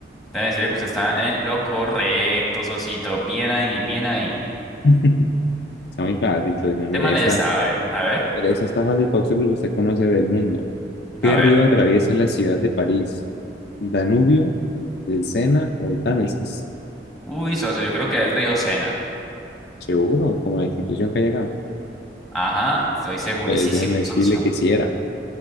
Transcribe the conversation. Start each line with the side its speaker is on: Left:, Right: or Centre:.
Centre: Debe decirle que usted está en lo correcto, socito. Bien ahí, bien ahí.
Left: <laughs> está muy fácil. pues, no, mire,
Centre: Tema le
Left: esta,
Centre: sabe. A ver,
Left: mire, esta está fácil para usted porque usted conoce del mundo. ¿Qué
Centre: a ver.
Left: río atraviesa la ciudad de París? ¿Danubio, el Sena o el Támesis?
Centre: Uy, socio, yo creo que el río Sena.
Left: Seguro, como la institución que hay acá.
Centre: Ajá, estoy segurísimo,
Left: Pues déjeme decirle
Centre: socio.
Left: que sí era.